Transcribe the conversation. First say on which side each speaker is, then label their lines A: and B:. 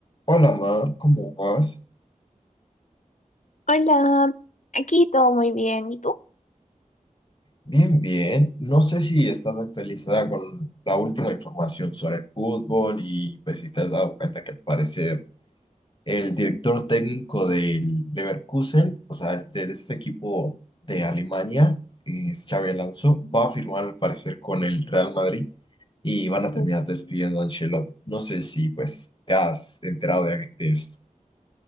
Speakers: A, on the left; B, on the left.
A: Hola, Mar, ¿cómo vas?
B: Hola, aquí todo muy bien. ¿Y tú?
A: Bien, bien. No sé si estás actualizada con la última información sobre el fútbol y pues si te has dado cuenta que al parecer el director técnico del Leverkusen, o sea, el de este equipo de Alemania, es Xabi Alonso, va a firmar al parecer con el Real Madrid y van a terminar
B: Mm.
A: despidiendo a Ancelotti. No sé si pues te has enterado de, de esto.